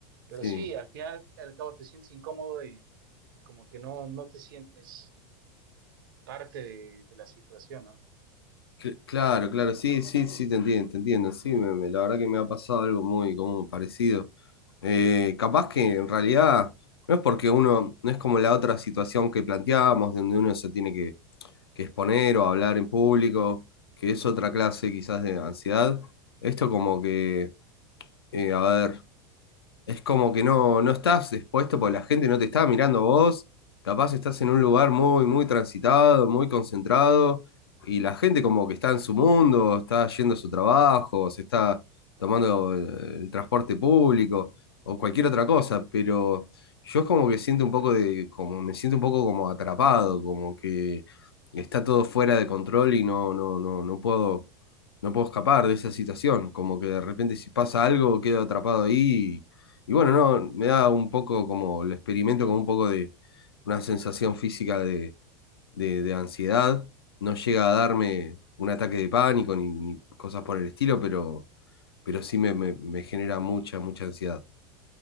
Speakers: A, on the right; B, on the left.
A: Pero
B: sí.
A: sí, al final, al cabo te sientes incómodo y como que no, no te sientes parte de, de la situación, ¿no?
B: Cl- claro, claro, sí, sí, sí, te entiendo, te entiendo. Sí, me- me- la verdad que me ha pasado algo muy como parecido. Eh, capaz que en realidad no es porque uno, no es como la otra situación que planteábamos, donde uno se tiene que, que exponer o hablar en público, que es otra clase quizás de ansiedad. Esto como que, eh, a ver. Es como que no, no estás expuesto porque la gente no te está mirando a vos. Capaz estás en un lugar muy, muy transitado, muy concentrado, y la gente como que está en su mundo, está yendo a su trabajo, se está tomando el, el transporte público o cualquier otra cosa, pero yo es como que siento un poco de, como me siento un poco como atrapado, como que está todo fuera de control y no, no, no, no puedo, no puedo escapar de esa situación. Como que de repente si pasa algo, quedo atrapado ahí y bueno, no, me da un poco como, lo experimento como un poco de una sensación física de, de, de ansiedad. No llega a darme un ataque de pánico ni, ni cosas por el estilo, pero, pero sí me, me me genera mucha, mucha ansiedad.